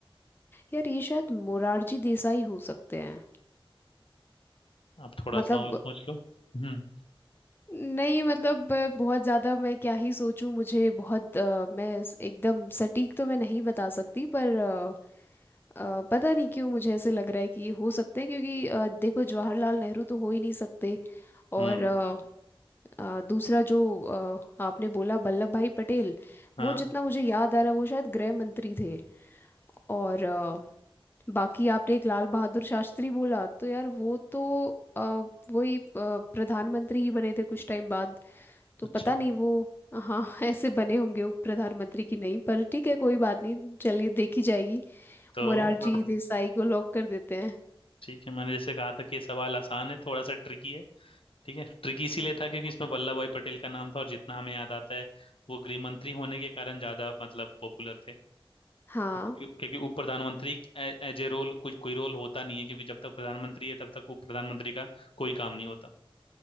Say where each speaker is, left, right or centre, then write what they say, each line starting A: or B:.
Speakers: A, on the left; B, on the left.
A: यार ये शायद मोरारजी देसाई हो सकते हैं
B: आप थोड़ा
A: मतलब
B: सा और सोच लो हम्म
A: नहीं मतलब अ, बहुत ज़्यादा मैं क्या ही सोचूं मुझे बहुत अ, मैं स- एकदम सटीक तो मैं नहीं बता सकती पर अ, अ, पता नहीं क्यों मुझे ऐसे लग रहा है कि ये हो सकते हैं क्योंकि अ, देखो जवाहरलाल नेहरू तो हो ही नहीं सकते
B: हम्म
A: और अ, अ, दूसरा जो अ, आपने बोला वल्लभ भाई पटेल
B: हाँ
A: वो जितना मुझे याद आ रहा है वो शायद गृह मंत्री थे और अ, बाकी आपने एक लाल बहादुर शास्त्री बोला तो यार वो तो अ, वही अ, प्रधानमंत्री ही बने थे कुछ टाइम बाद तो
B: अच्छा
A: पता नहीं वो हाँ <laughs> ऐसे बने होंगे उप प्रधानमंत्री की नहीं पर ठीक है कोई बात नहीं चलिए देखी जाएगी
B: तो
A: मोरारजी
B: अब
A: देसाई को लॉक कर देते हैं
B: ठीक है मैंने जैसे कहा था कि ये सवाल आसान है थोड़ा सा ट्रिकी है ठीक है ट्रिकी इसीलिए था क्योंकि इसमें वल्लभ भाई पटेल का नाम था और जितना हमें याद आता है वो गृह मंत्री होने के कारण ज्यादा मतलब पॉपुलर थे
A: हाँ
B: क्योंकि क्योंकि उप प्रधानमंत्री एज ए रोल कुछ कोई रोल होता नहीं है क्योंकि जब तक प्रधानमंत्री है तब तक उप प्रधानमंत्री का कोई काम नहीं होता